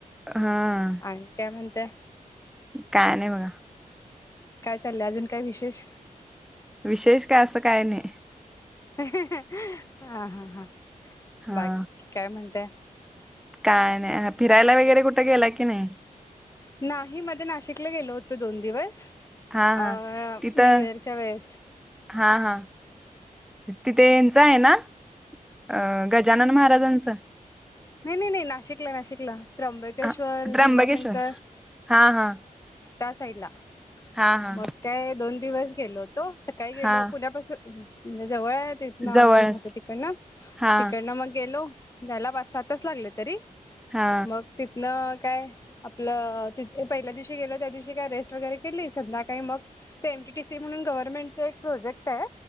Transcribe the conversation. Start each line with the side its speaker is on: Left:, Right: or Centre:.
Centre: हा
Left: आणि त्या म्हणत्या
Centre: काय नाय बगा.
Left: काय चाललंय अजून काय विशेष?
Centre: विशेष काय असं काय नाई.
Left: हा हा हां
Centre: हा
Left: बाकी काय म्हणताय?
Centre: काय नाय हा फिरायला वगैरे कुठे गेला की नाई?
Left: नाही मध्ये नाशिकला गेलो होतो दोन दिवस
Centre: हा
Left: अ
Centre: हा तिथं
Left: न्यू इयरच्या वेळेस.
Centre: हा हा तिथे यांच आहे ना? अ गजानन महाराजांचं.
Left: नाई नाई नाई नाशिकला नाशिकला त्र्यंबकेश्वर,
Centre: आ, त्र्यंबकेश्वर
Left: भीमाशंकर
Centre: हा हा.
Left: साइडला
Centre: हा हा
Left: मग काय दोन दिवस गेलो होतो सकाळी गेलो
Centre: हा
Left: पुण्यापासून म्हणजे जवळ आहे तीथन आम्ही
Centre: जवळच
Left: राहतो तिकडन
Centre: हा
Left: ना मग गेलो जायला पाच सात तास लागले तरी
Centre: हा
Left: मग तिथनं काय आपलं तिथे पहिल्या दिवशी गेलो त्या दिवशी काय रेस्ट वगैरे केली संध्याकाळी मग ते एम टी टी सी म्हणून गव्हर्नमेंटचं एक प्रोजेक्टय